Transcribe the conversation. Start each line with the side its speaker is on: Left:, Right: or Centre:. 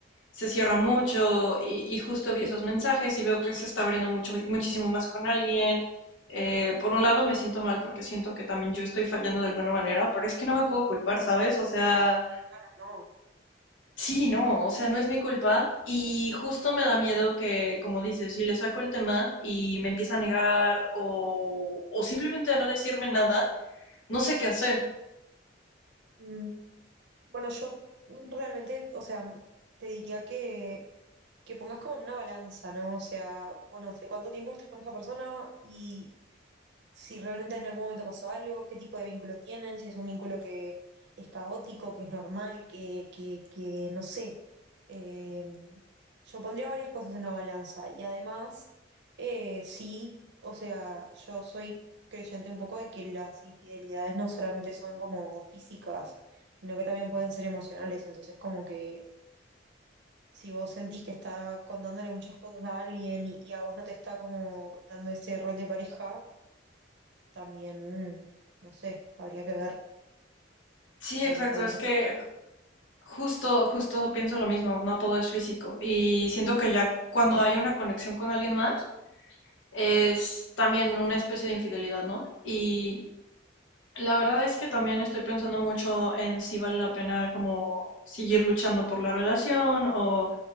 Left: se cierra mucho y, y, justo vi esos mensajes y veo que se está abriendo mucho, muchísimo más con alguien. Eh, por un lado me siento mal porque siento que también yo estoy fallando de alguna manera, pero es que no me puedo culpar, ¿sabes? O sea,
Right: Claro, no.
Left: sí, no, o sea, no es mi culpa y justo me da miedo que, como dices, si le saco el tema y me empieza a negar o, o simplemente a no decirme nada, no sé qué hacer.
Right: Mm, Bueno, yo realmente, o sea, te diría que, que pongas como en una balanza, ¿no? O sea, bueno, ¿hace cuánto tiempo estás con esa persona? Y si realmente en algún momento pasó algo, qué tipo de vínculo tienen, si es un vínculo que es caótico, que es normal, que, que, que no sé. Eh, yo pondría varias cosas en una balanza y además, eh, sí, o sea, yo soy creyente un poco de que las infidelidades no solamente son como físicas, sino que también pueden ser emocionales, entonces como que... Si vos sentís que está contándole muchas cosas a alguien y y a vos no te está como dando ese rol de pareja, también, no sé, habría que ver,
Left: Sí,
Right: habría
Left: exacto,
Right: que hablar
Left: es que
Right: con
Left: Justo, justo pienso lo mismo, no todo es físico. Y siento que ya cuando hay una conexión con alguien más, es
Right: Ujú.
Left: también una especie de infidelidad, ¿no? Y la verdad es que también estoy pensando mucho en si vale la pena como seguir luchando por la relación o